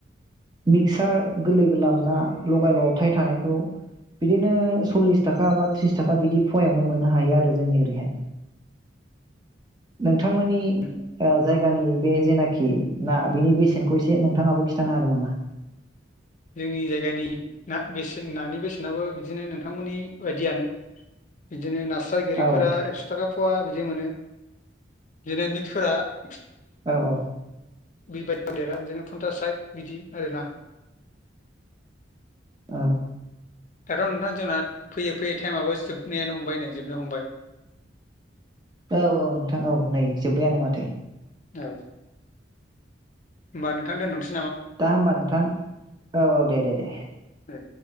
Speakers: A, on the right (about 20°); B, on the left (about 40°).
A: मिक्सार गोरलै गोरलाम ना लगाय लथाय थानायखौ बिदिनो सल्लिस थाखा बा थ्रिस थाखा बिदि फवायावनो मोननो हायो आरो जोंनि ओरैहाय बिथांमोननि
B: उम
A: ओ जायगानि बे जेनाखि ना बेनि बेसेनखौ एसे नोंथाङाबो खिथानो हागोन नामा?
B: जोंनि जायगानि ना बेसेन नानि बेसेनाबो बिदिनो नोंथांमोननि बायदियानो बिदिनो नास स्राय गोरिफोरा
A: औ
B: एक्स' थाखा फवा बिदिआव मोनो बिनो मिक्सफोरा <unintelligible>
A: औ - औ
B: बेबायायदि देरा बिदिनो फन्टास साइद बिदि आरोना
A: औ
B: दाथ' नोंथां जोंना फैयै फैयै टाइमाबो जोबनायानो हमबाय नै जोबनो हमबाय
A: औ-औ नोंथां औ नै जोब्बायानो माथो
B: औ होनबा नोंथां दोनथ'सै
A: दा होनबा नोंथां औ औ दे-दे-दे
B: दे।